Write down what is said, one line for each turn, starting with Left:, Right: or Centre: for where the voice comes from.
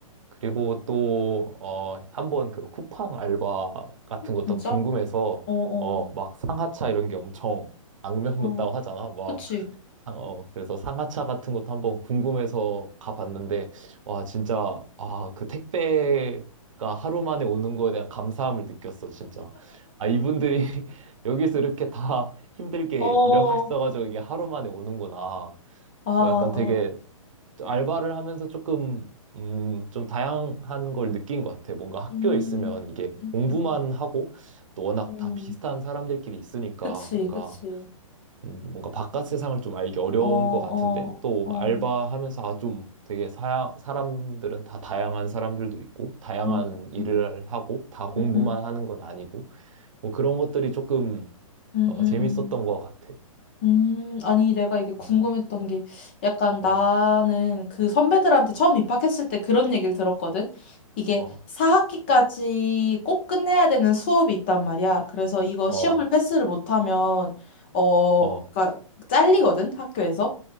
Right: 그리고 또 어 한번 그 쿠팡 알바 같은 것도
Left: 진짜?
Right: 궁금해서
Left: 어, 어,
Right: 어 막 상하차 이런 게 엄청 악명
Left: 어,
Right: 높다고 하잖아
Left: 그치.
Right: 아, 어, 그래서 상하차 같은 것도 한번 궁금해서 가봤는데, 와, 진짜, 아, 그 택배가 하루 만에 오는 거에 대한 감사함을 느꼈어, 진짜. 아, 이분들이 <laughs> 여기서 이렇게 다 힘들게
Left: 어,
Right: 일하고 <laughs> 있어가지고 이게 하루 만에 오는구나.
Left: 아,
Right: 뭐 약간 되게 알바를 하면서 조금, 음, 좀 다양한 걸 느낀 것 같아. 뭔가 학교에
Left: 음,
Right: 있으면 이게
Left: 음,
Right: 공부만
Left: 음,
Right: 하고, 또 워낙
Left: 음,
Right: 다 비슷한 사람들끼리 있으니까
Left: 그치,
Right: 뭔가
Left: 그치.
Right: 음, 뭔가 바깥 세상을 좀 알기 어려운
Left: 어, 어,
Right: 것 같은데 또
Left: 어,
Right: 알바하면서 아 좀 되게 사, 사람들은 다 다양한 사람들도 있고 다양한
Left: 음,
Right: 일을
Left: 음,
Right: 하고 다 공부만
Left: 음,
Right: 하는 건 아니고 뭐 그런 것들이 조금
Left: 음,
Right: 어,
Left: 음.
Right: 재밌었던 것 같아.
Left: 음, 아니, 내가 이게 궁금했던
Right: 음,
Left: 게 약간
Right: 어,
Left: 나는 그 선배들한테 처음 입학했을 때 그런 얘기를 들었거든. 이게
Right: 어,
Left: 4학기까지 꼭 끝내야 되는 수업이 있단 말이야. 그래서 이거
Right: 어,
Left: 시험을 패스를 못하면, 어,
Right: 어,
Left: 그러니까 잘리거든, 학교에서.